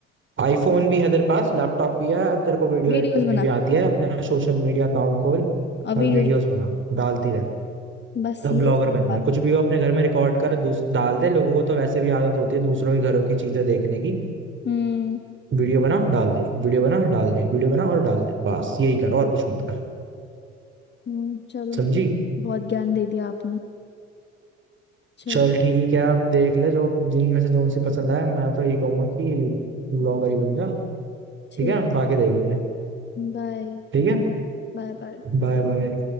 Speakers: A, on the right; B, on the left.
A: आईफोन भी है तेरे पास लैपटॉप भी है तेरे को वीडियो
B: वीडियोस
A: एडिट करनी
B: बना
A: भी आती है अपने सोशल मीडिया अकाउंट खोल
B: और
A: और
B: वीडियोस
A: वीडियोस
B: बना
A: बना डालती रह
B: बस
A: तब
B: ये
A: ब्लॉगर
B: सुनना
A: बन जा
B: बाकी
A: कुछ भी
B: था
A: हो अपने घर में रिकॉर्ड कर दूस, डाल दे लोगों को तो वैसे भी आदत होती है दूसरों के घरों की चीजें देखने की
B: हम्म
A: वीडियो बना डाल दे वीडियो बना डाल दे वीडियो बना और डाल दे बस यही कर और कुछ मत कर
B: हम्म चलो
A: समझी
B: बहुत ज्ञान दे दिया आपने चलो
A: चल ठीक है आप देख ले जो जिनमें से जो सी पसंद आए मैं तो ये कहूंगा कि ब्लॉगर ही बन जा
B: ठीक
A: ठीक है बाकी देख ले
B: Bye
A: ठीक है
B: bye bye
A: बाय बाय